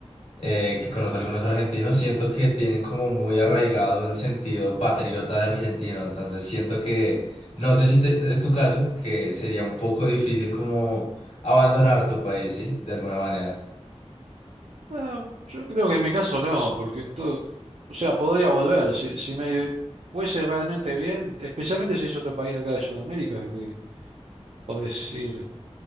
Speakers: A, on the left; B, on the right.
A: eh, que conozco algunos argentinos, siento que tienen como muy arraigado el sentido patriota de argentino, entonces siento que, no sé si te- es tu caso, que sería un poco difícil como abandonar tu país, ¿sí? De alguna manera.
B: No, yo creo que en mi caso no, porque en todo, o sea, podría volver. Si, si me fuese realmente bien, especialmente si es otro país de acá de Sudamérica, que podés ir,